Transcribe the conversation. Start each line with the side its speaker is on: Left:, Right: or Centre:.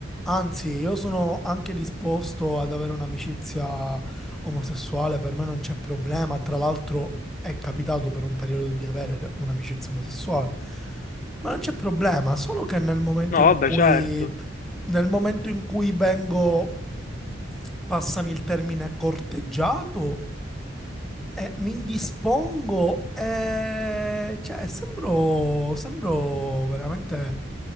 Centre: Anzi, io sono anche disposto ad avere un'amicizia omosessuale, per me non c'è problema. Tra l'altro è capitato per un periodo di avere un'amicizia omosessuale. Ma non c'è problema, solo che nel momento
Left: No,
Centre: in
Left: vabbè,
Centre: cui,
Left: certo.
Centre: nel momento in cui vengo, passami il termine, corteggiato, eh, mi indispongo e... Cioè, sembro... Sembro veramente...